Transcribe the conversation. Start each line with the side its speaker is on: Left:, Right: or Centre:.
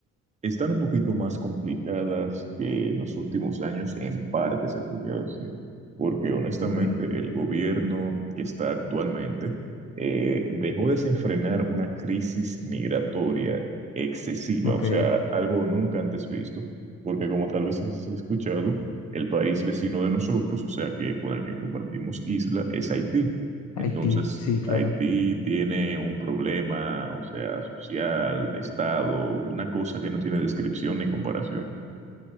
Right: están un poquito más complicadas que en los últimos años, en parte se podría decir, porque honestamente
Left: Ok,
Right: el gobierno que está actualmente eh, dejó desenfrenar una crisis migratoria excesiva,
Left: ok.
Right: o sea, algo nunca antes visto, porque como tal vez has escuchado, el país vecino de nosotros, o sea, que con el que compartimos isla, es Haití.
Left: Haití,
Right: Entonces,
Left: sí, claro.
Right: Haití tiene un problema, o sea, social, de Estado, una cosa que no tiene descripción ni comparación.